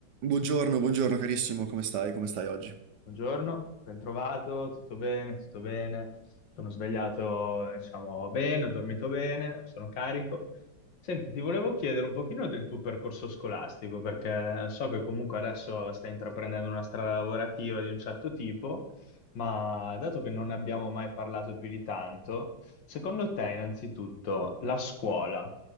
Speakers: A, on the right; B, on the left.
A: Buongiorno, buongiorno carissimo, come stai? Come stai oggi?
B: Buongiorno, bentrovato, tutto bene, tutto bene. Sono svegliato, diciamo, bene, ho dormito bene, sono carico. Senti, ti volevo chiedere un pochino del tuo percorso scolastico, perché so che comunque adesso stai intraprendendo una strada lavorativa di un certo tipo, ma dato che non abbiamo mai parlato più di tanto, secondo te, innanzitutto, la scuola